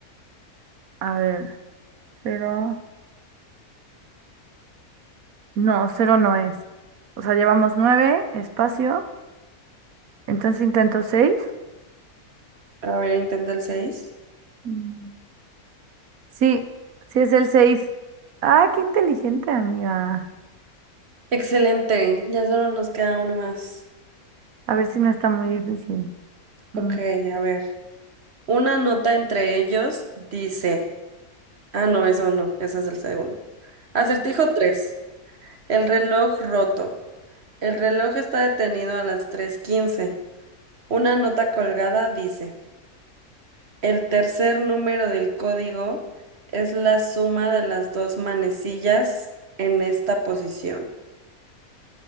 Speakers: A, on the right; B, on the right.
A: A ver, cero. No, cero no es. O sea, llevamos nueve, espacio, entonces intento seis.
B: A ver, intenta el seis.
A: Mm. Sí, sí es el seis. Ah, qué inteligente, amiga.
B: Excelente, ya solo nos queda uno más.
A: A ver si no está muy difícil. Mm.
B: Ok, a ver. Una nota entre ellos dice. Ah, no, eso no, ese es el segundo. Acertijo 3. El reloj roto. El reloj está detenido a las tres quince. Una nota colgada dice. El tercer número del código es la suma de las dos manecillas en esta posición.